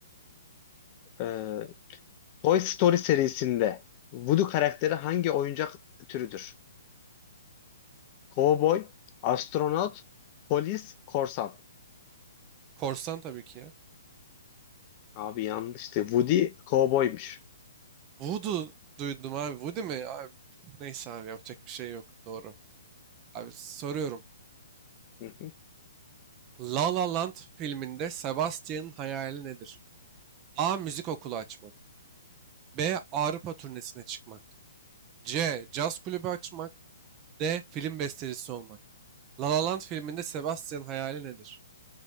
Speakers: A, on the left (about 35°); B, on the right (about 30°).
A: Ee, Toy Story serisinde Woody karakteri hangi oyuncak türüdür? Cowboy, astronot, polis, korsan.
B: Korsan tabii ki ya.
A: Abi yanlıştı. Woody cowboymuş.
B: Voodoo duydum abi. Voodoo mi? Abi, neyse abi yapacak bir şey yok. Doğru. Abi soruyorum.
A: Hı hı.
B: La La Land filminde Sebastian'ın hayali nedir? A. Müzik okulu açmak. B. Avrupa turnesine çıkmak. C. Caz kulübü açmak. D. Film bestecisi olmak. La La Land filminde Sebastian'ın hayali nedir?